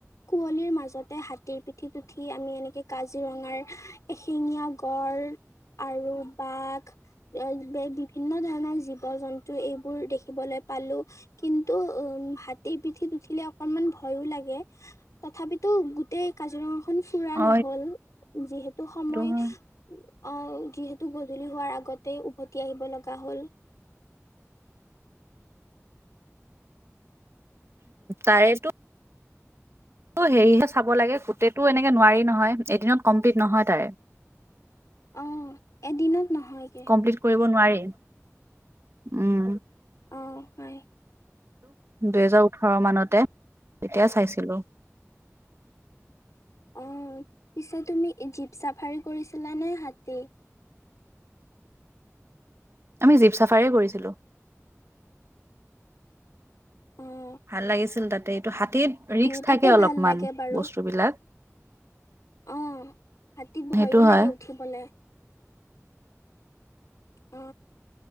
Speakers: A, on the left (about 80°); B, on the right (about 55°).
A: কুঁৱলীৰ মাজতে হাতীৰ পিঠিত উঠি আমি এনেকে কাজিৰঙাৰ এশিঙীয়া গড় আৰু বাঘ এ বিভিন্ন ধৰণৰ জীৱ জন্তু এইবোৰ দেখিবলৈ পালোঁ। কিন্তু উম হাতীৰ পিঠিত উঠিলে অকনমান ভয়ো লাগে। তথাপিতো গোটেই কাজিৰঙাখন ফুৰা
B: অ
A: নহ'ল যিহেতু সময়
B: এইটো হয়
A: অ', যিহেতু গধূলি হোৱাৰ আগতে উভতি আহিব লগা হ'ল।
B: তাৰেটো টো হেৰিহে চাব লাগে গোটেইটো এনেকে নোৱাৰি নহয় এদিনত কমপ্লিট নহয় তাৰে।
A: অ', এদিনত নহয় কি
B: কমপ্লিট কৰিবলৈ নোৱাৰি উম।
A: অ', হয়।
B: দুহেজাৰ ওঠৰ মানতে তেতিয়া চাইছিলোঁ।
A: অ', পিছে তুমি জীপ চাফাৰী কৰিছিলানে হাতী?
B: আমি জীপ চাফাৰীয়ে কৰিছিলোঁ।
A: অ'।
B: ভাল লাগিছিল তাতে এইটো হাতীত ৰিস্ক
A: দুয়োটাতে
B: থাকে অলপমান
A: ভাল লাগে বাৰু
B: বস্তুবিলাক।
A: অ হাতীত
B: সেইটো
A: ভয়ো লাগে
B: হয়
A: উঠিবলে। অ